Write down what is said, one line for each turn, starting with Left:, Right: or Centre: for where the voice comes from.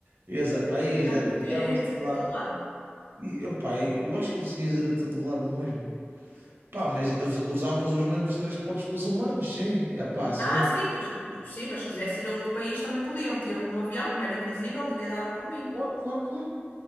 Right: Ias a pé, ias
Left: Já
Right: de
Left: não
Right: avião,
Left: podia ir
Right: sei
Left: assim
Right: lá.
Left: a todo lado.
Right: E, opá, eu acho que conseguias ir a todo lado no mesmo. Pá, mas us- usavas os mesmos transportes que os humanos, sim. Ah, pá, sim.
Left: Ah, sim, mas, mas- sim, mas se quisesse ir a outro país também podia. Eu metia-me no avião, como era invisível, ninguém dava por mim.
Right: Claro, claro, claro.